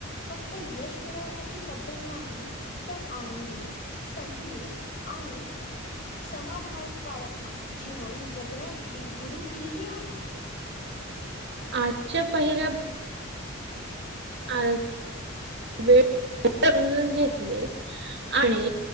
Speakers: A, on the left; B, on the right.
A: फक्त यश मिळवण्याची पद्धत नाही, तर आनंदी, संतुलित आणि समाधान काळक जीवन जगण्याची गुरु किल्ली आहे.
B: आजच्या पहिल्या अ वेळ समजून घेतले आणि